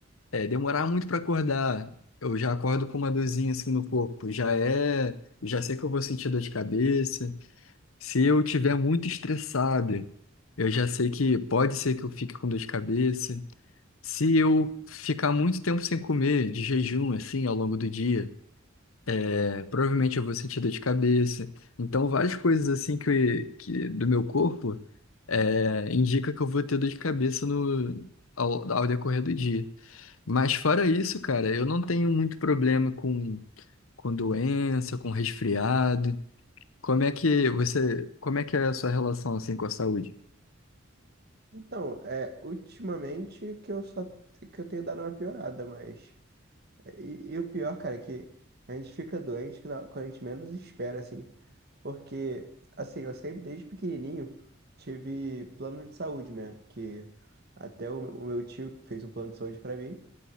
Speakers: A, on the left (about 80°); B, on the right (about 50°).
A: é, demorar muito pra acordar, eu já acordo com uma dorzinha, assim, no corpo. Já é, já sei que eu vou sentir dor de cabeça. Se eu tiver muito estressado, eu já sei que pode ser que eu fique com dor de cabeça. Se eu ficar muito tempo sem comer, de jejum, assim, ao longo do dia, é, provavelmente eu vou sentir dor de cabeça. Então, várias coisas, assim, que, que do meu corpo, é, indica que eu vou ter dor de cabeça no, ao, ao decorrer do dia. Mas fora isso, cara, eu não tenho muito problema com, com doença, com resfriado. Como é que você, como é que é a sua relação assim com a saúde?
B: Então, é, ultimamente que eu só que eu tenho dado uma piorada, mas. E, e o pior, cara, é que a gente fica doente quando quando a gente menos espera, assim. Porque, assim, eu sempre, desde pequenininho, tive plano de saúde, né? Que até o, o meu tio fez um plano de saúde pra mim.